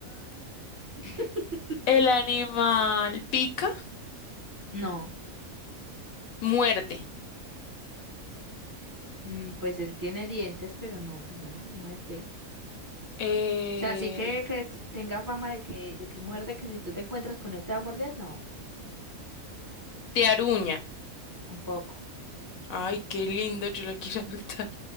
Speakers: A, on the right (about 15°); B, on the left (about 75°).
A: <laughs>
B: el animal pica,
A: no,
B: muerde,
A: Mm, pues él tiene dientes, pero no, pues no, no muerde. O
B: eh,
A: sea, sí que, que t- tenga fama de que, de que muerde, que si tú te encuentras con él te va a morder, no,
B: te aruña.
A: tampoco.
B: Ay, qué lindo, yo lo quiero <laughs> adoptar.